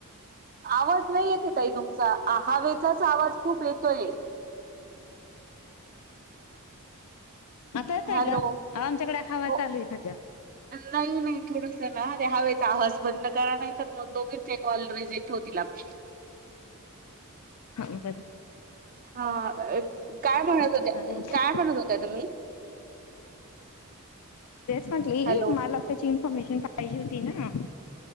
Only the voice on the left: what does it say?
आता येतोय
का? आमच्याकडे हवा
चालू आहे सध्या.
हा बरं
हवा खूप
चालू आहे
तेच म्हटली
मला त्याची इन्फॉर्मेशन पाहिजे होती ना.